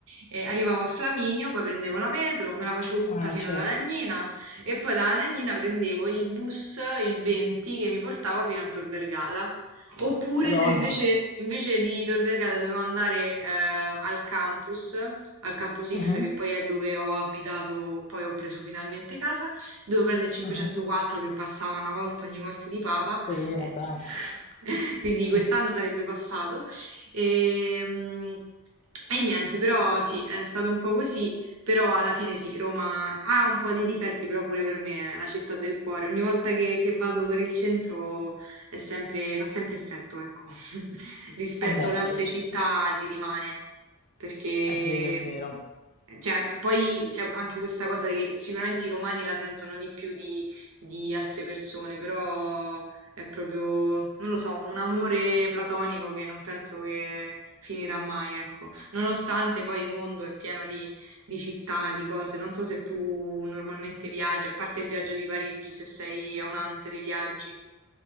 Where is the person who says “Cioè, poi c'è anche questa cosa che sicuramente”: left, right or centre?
Right